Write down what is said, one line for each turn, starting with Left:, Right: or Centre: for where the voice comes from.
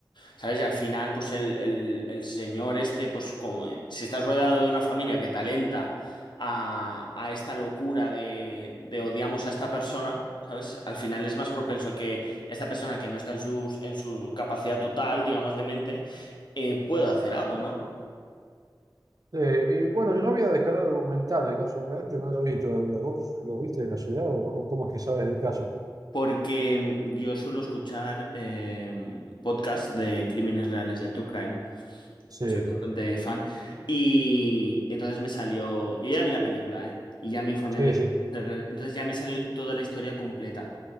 Left: ¿Sabes? Y al final, pues el, el- el señor este, pues como, eh, si estás rodeado de una familia que te alenta a, a esta locura de, de odiamos a esta persona, ¿sabes? Al final es más propenso que esta persona que no está en sus, en su capacidad total, digamos, de mente, eh, pueda hacer algo, ¿no?
Right: Eh, y bueno, yo había descargado el documental del caso real, pero no lo vi todavía. ¿Vos lo viste de casualidad o, o cómo es que sabes del caso?
Left: Porque mm, yo suelo escuchar eh, podcasts de crímenes reales, de true crime,
Right: Sí,
Left: Soy bastante fan. Y entonces me salió. Yo ya vi la película, ¿eh? Y ya me informé
Right: sí,
Left: de que.
Right: sí,
Left: Entonces ya me salió toda la historia completa.